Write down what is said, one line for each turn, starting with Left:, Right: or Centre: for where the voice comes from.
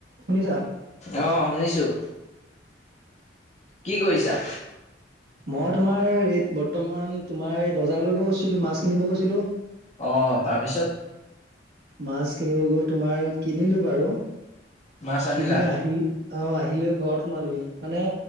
Right: শুনিছা
Left: অ শুনিছোঁ। কি কৰিছা?
Right: মই তোমাৰ এই বৰ্তমান তোমাৰ এই বজাৰ কৰিব গৈছিলো, মাছ কিনিব গৈছিলো।
Left: অহ তাৰপিছত?
Right: মাছ কিনিব গৈ তোমাৰ কিনিলো বাৰু।
Left: মাছ আনিলা?
Right: কিনি আহিল অ আহিলেও ঘৰত সোমালোহি, মানে